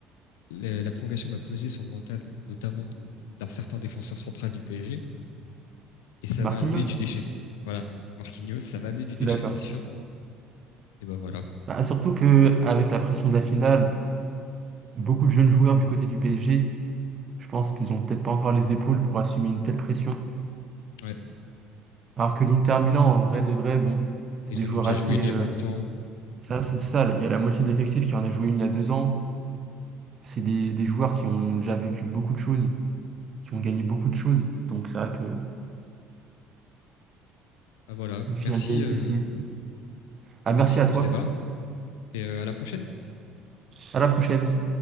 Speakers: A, on the left (about 75°); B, on the right (about 40°).
A: la, la prolongation va peser sur le mental, notamment de, d'un certain défenseur central du PSG. et ça
B: Marquinhos?
A: va amener du déchet. Voilà. Marquinhos, ça va amener du
B: Je
A: déchet,
B: suis d'accord.
A: c'est sûr. Et ben voilà.
B: Bah, surtout que avec la pression de la finale, beaucoup de jeunes joueurs du côté du PSG, je pense qu'ils ont peut-être pas encore les épaules pour assumer une telle pression.
A: Ouais.
B: Alors que l'Inter Milan, en vrai de vrai, bon, c'est
A: Ils
B: des
A: en
B: joueurs
A: ont déjà
B: assez...
A: joué une il y
B: euh,
A: a pas longtemps.
B: ça, c'est ça, il y a la moitié de l'effectif qui en a joué une il y a deux ans. C'est des, des joueurs qui ont déjà vécu beaucoup de choses qui ont gagné beaucoup de choses. Donc c'est vrai que
A: Ben voilà.
B: une
A: Merci,
B: finale de LDC.
A: euh,
B: c'est- Ah, merci
A: merci
B: à
A: pour
B: toi.
A: ce débat et euh, à la prochaine.
B: À la prochaine.